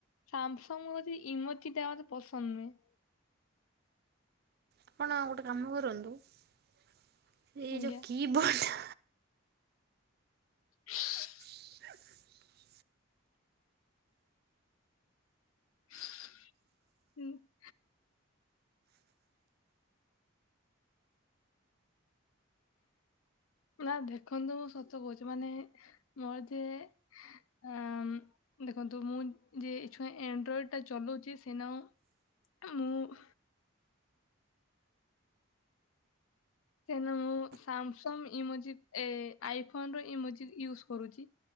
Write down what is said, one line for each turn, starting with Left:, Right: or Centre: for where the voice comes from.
Left: ସ୍ୟାମସଙ୍ଗ ଉଇଥି ଇମୋଠିଟାୱାର ପସନ୍ଦ ନୁହେଁ।
Right: ଆପଣ ଗୋଟେ କାମ କରନ୍ତୁ ସେ ଏଇ
Left: ଆଜ୍ଞା।
Right: ଯୋଉ କି ବୋର୍ଡ
Left: <unintelligible>
Right: <unintelligible>
Left: <unintelligible> ନା ଦେଖନ୍ତୁ ମୁଁ ସତ କହୁଛି, ମାନେ ମୋର ଯିଏ ଆ ଦେଖନ୍ତୁ ମୁଁ ଯେ ଏ ଛୁଆ ଏଣ୍ଡ୍ରଏଡ ଟା ଚଲାଉଛି ସେନ ମୁଁ ସେ ମୁଁ ସାମସଙ୍ଗ ଇମୋଜି ଆଇଫୋନ ର ଇମୋଜ ୟୁଜ କରୁଛି।